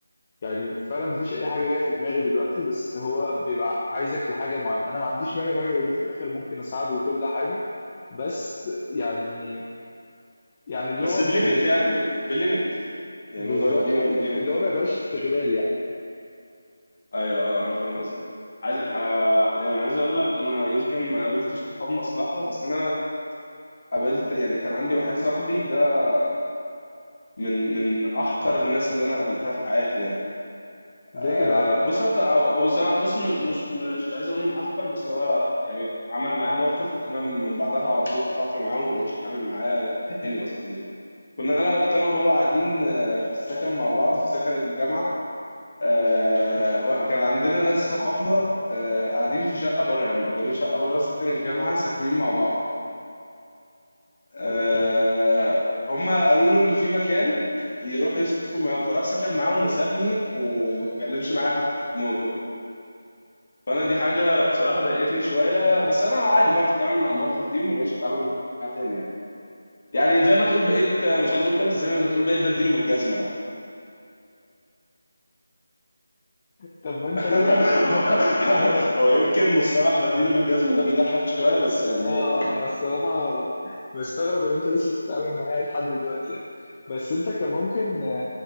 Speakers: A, on the left (about 30°); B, on the left (about 55°).
A: يعني فعلًا ما فيش أي حاجة جاية في دماغي دلوقتي، بس هو بيبقى عايزك لحاجة معيّنة، أنا ما عنديش مانع في حاجة زي دي في الآخر ممكن أساعده وكل حاجة، بس يعني يعني اللي
B: بس
A: هو
B: بليمت
A: مش
B: يعني ب- بليمت يعني
A: بالضبط
B: الموضوع يبقى ليه
A: آه، اللي
B: ليميت
A: هو
B: يعني
A: ما يبقاش استغلال يعني،
B: ايوه اه انا فاهم قصدك عايز آه يعني عايز اقول لك انا يمكن ما قابلتش صحاب مصلحه بس انا قابلت يعني كان عندي واحد صاحبي ده من من احقر الناس اللي انا قابلتها في حياتي يعني
A: ليه
B: آه،
A: كده عمل إيه؟
B: بص أو أو بص بص م- مش مش عايز اقول من احقر بس هو يعني عمل معايا موقف انا من بعدها على طول قطعت معاه وما بقتش اتعامل معاه تاني اصلا يعني كنا انا كنت انا وهو قاعدين آه، في السكن مع بعض في سكن الجامعه آه، وكان عندنا ناس صحابنا آه، قاعدين في شقه بره يعني مأجرين شقه بره سكن الجامعه ساكنين مع بعض آه هم قالوا له ان في مكان يروح يسكن معاهم فراح سكن معاهم وسابني وما اتكلمش معايا حتى في الموضوع فانا دي حاجه بصراحه ضايقتني شويه بس انا عادي بعرف اتعامل مع المواقف دي وما بقتش اتعامل معاها تاني يعني يعني زي ما تقول بقيت مش عايز اقول كده بس زي ما تقول بقيت بديله بالجزمه
A: طب ما أنت
B: <laughs>
A: ليه ح
B: هو
A: آه،
B: هو يمكن مصطلح بديله بالجزمه ده بيضحك شويه بس يعني
A: آه، أنا الصراحة مستغرب إن أنت لسه بتتعامل معايا لحد دلوقتي يعني، بس أنت كان ممكن